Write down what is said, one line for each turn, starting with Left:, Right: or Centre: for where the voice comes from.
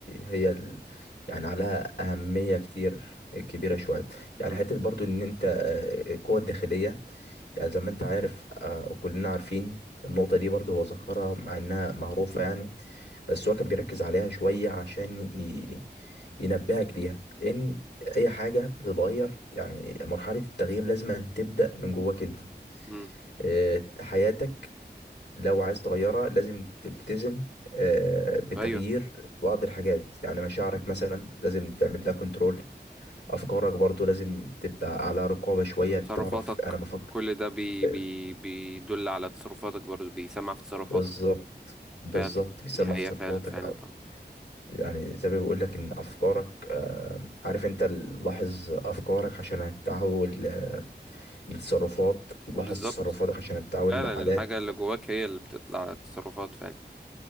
Left: هي ال... يعني عليها اهميه كتير كبيره شويه
Centre: مم،
Left: يعني حته برضو ان انت آه، القوه الداخليه يعني زي ما انت عارف آه، وكلنا عارفين النقطة دي برضه هو ذكرها مع انها معروفة يعني بس هو كان بيركز عليها شوية عشان ي- ينبهك ليها ان اي حاجة بتتغير يعني مرحلة التغيير لازم أن تبدأ من جواك انت
Centre: مم،
Left: آه، حياتك لو عايز تغيرها لازم تلتزم آه، بتغيير
Centre: ايوه
Left: بعض الحاجات يعني مشاعرك مثلا لازم تعمل لها كنترول افكارك برضو لازم تبقى على رقابة شوية
Centre: تصرفاتك
Left: تعرف انا بفكر
Centre: كل ده بي
Left: آه،
Centre: بي بيدل على تصرفاتك برضو بيسمع في تصرفاتك
Left: بالظبط بالظبط
Centre: فعلا
Left: بيسمع
Centre: دي حقيقة
Left: في تصرفاتك
Centre: فعلا فعلا
Left: أو
Centre: طبعا
Left: يعني زي ما بيقول لك ان افكارك آه، عارف انت ال- لاحظ افكارك عشان هتتحول ل- لتصرفات لاحظ
Centre: بالظبط
Left: تصرفاتك عشان هتتحول
Centre: فعلا
Left: لعادات
Centre: الحاجة اللي جواك هي اللي بتطلع على التصرفات فعلا